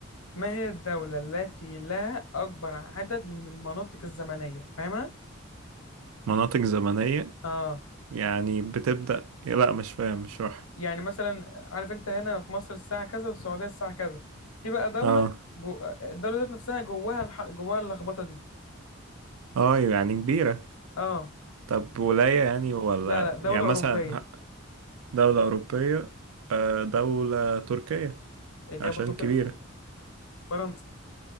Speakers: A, on the left; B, on the right.
A: ما هي الدولة التي لها أكبر عدد من المناطق الزمنية فاهمها؟
B: مناطق زمنية
A: اه
B: يعني بتبدأ لا مش فاهم مش راح
A: يعني مثلا عارف انت هنا في مصر الساعة كذا وفي السعودية الساعة كذا في بقى دولة
B: اه
A: جو... الدولة ذات نفسها جواها الح... جواها اللخبطة دي
B: اه يعني كبيرة
A: اه
B: طب ولاية يعني ولا
A: لا لا دولة
B: يعني مثلا
A: أوروبية
B: دولة أوروبية آه، دولة تركية
A: إجابة
B: عشان
A: خاطئة
B: كبيرة
A: فرنسا